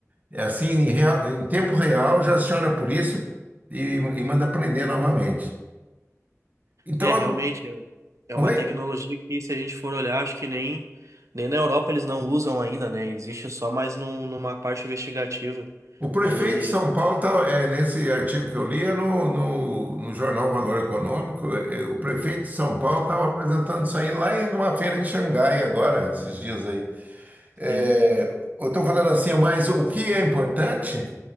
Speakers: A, on the right; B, on the right.
A: É assim, em, real- em tempo real, já aciona a polícia e, e manda prender novamente. Então,
B: É, realmente, é é
A: Oi?
B: uma tecnologia que, se a gente for olhar, acho que nem, nem na Europa eles não usam ainda, né? Existe só mais num, numa parte investigativa.
A: O prefeito
B: Aí,
A: de São Paulo, tá, é, nesse artigo que eu li, é no, no, no jornal Valor Econômico, é, é, o prefeito de São Paulo estava apresentando isso aí lá em uma feira em Xangai agora, esses dias aí. É,
B: sim,
A: eu estou falando assim, mas o que é importante